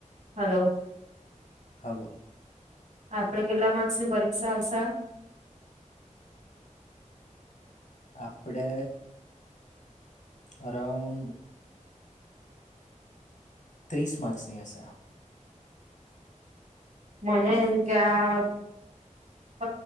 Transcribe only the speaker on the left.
હા બોલો.
આપડે અરાઉન્ડ ત્રીસ માર્ક્સ ની હશે આ.